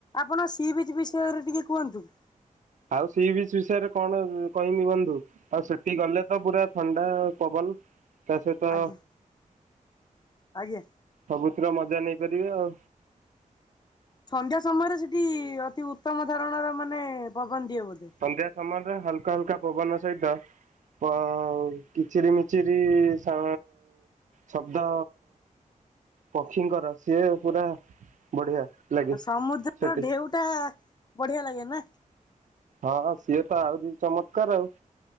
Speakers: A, on the left; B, on the right.
A: ଆପଣ ସି ବିଚ୍ ବିଷୟରେ ଟିକେ କୁହନ୍ତୁ।
B: ଆଉ ସି ବିଚ ବିଷୟରେ କଣ କହିମି ବନ୍ଧୁ? ଆଉ ସେଠି ଗଲେ ତ ପୁରା ଥଣ୍ଡା ପବନ। ତା ସହିତ
A: ଆଜ୍ଞା ଆଜ୍ଞା।
B: ସବୁଥିର ମଜା ନେଇପାରିବେ ଆଉ।
A: ସନ୍ଧ୍ୟା ସମୟରେ ସେଠି ଅତି ଉତ୍ତମ ଧରଣର ମାନେ ପବନ ଦିଏ ବୋଧେ।
B: ସନ୍ଧ୍ୟା ସମୟରେ ହାଲକା ହାଲକା ପବନ ସହିତ। ପ କିଚିରି ମିଚିରି ସା ଶବ୍ଦ ପକ୍ଷୀଙ୍କର ସିଏ ପୁରା ବଢିଆ। ଲାଗେ
A: ଆଉ ସମୁଦ୍ରର
B: ସେଠି
A: ଢେଉଟା ବଢିଆ ଲାଗେନା।
B: ହଁ ହଁ ସିଏତ ଆହୁରି ଚମତ୍କାର ଆଉ।